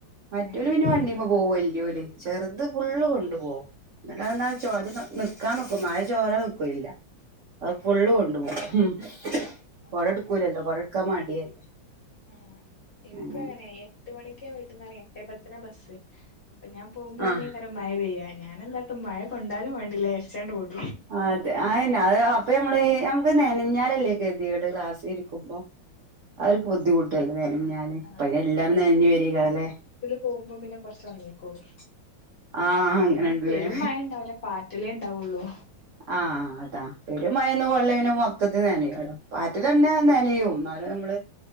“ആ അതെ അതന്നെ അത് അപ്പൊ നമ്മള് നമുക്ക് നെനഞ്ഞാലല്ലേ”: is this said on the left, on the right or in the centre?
Right